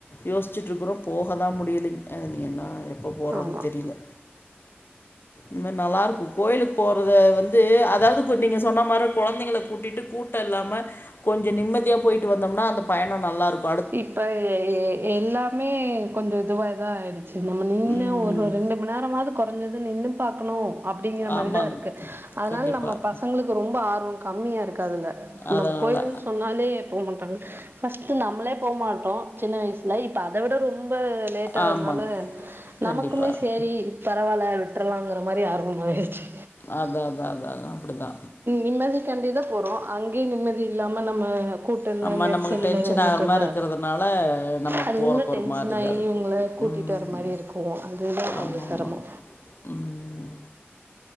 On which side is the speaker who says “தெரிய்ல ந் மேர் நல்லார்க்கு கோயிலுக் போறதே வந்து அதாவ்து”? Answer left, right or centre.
Left